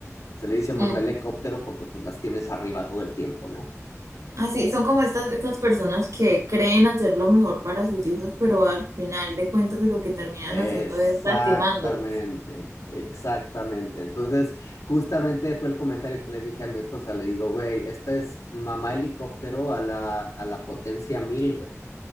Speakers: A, on the left (about 75°); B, on the right (about 75°).
A: Se le dice Mamá
B: Mm.
A: Helicóptero porque pues las tienes arriba todo el tiempo, ¿no?
B: Así, son como estas, estas personas que creen hacer lo mejor para sus hijos, pero al final de cuentas lo que terminan
A: Exactamente,
B: haciendo es lastimándolos.
A: exactamente. Entonces, justamente fue el comentario que le dije a mi esposa, le digo, güey, esta es Mamá Helicóptero a la, a la potencia mil, güey.